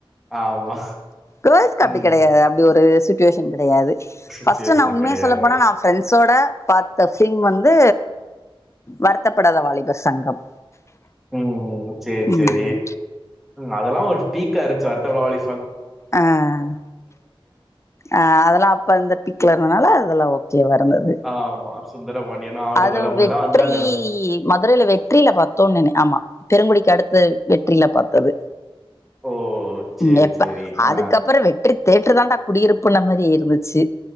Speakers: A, in the centre; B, on the left (about 30°).
A: ஆமா.
B: கேள்ஸ்க்கு அப்படி
A: ம்.
B: கிடையாது அப்படி ஒரு சுட் டியூஷன் கெடையாது
A: சுச்சுவேஷன்
B: ஃபர்ஸ்ட் நான் உண்மைய
A: கெடையாது.
B: சொல்ல போனா நான் பிரெண்ட்ஸோட பாத்த பிலிம் வந்து வருத்தப்படாத வாலிபர் சங்கம்
A: உம் உம் சேரி
B: ம்
A: சேரி அதெல்லாம் ஒரு பீக்காயிருச்சு வருத்தபடாத வாலி
B: அஹ் ஆஹ் அதெல்லாம் அப்ப இந்த பீக்ல இருதனால அதெல்லாம் வரம் போது
A: ஆமா. சுந்தரபாண்டியன், ஆடுகளம்
B: அது வெற்றி
A: இதெல்லாம் வந்து அந்த
B: மதுரையில வெற்றியில பாத்தோம் நே ஆமா பெருங்குடிக்கு அடுத் வெற்றில பாத்தது
A: ஓ! சரி,
B: உம் எப்ப
A: சரி. ஆ.
B: அதுக்கப்புறம் வெற்றி தேட்ரு தாண்டா குடியிருப்புன்னா மாரி இருந்துச்சு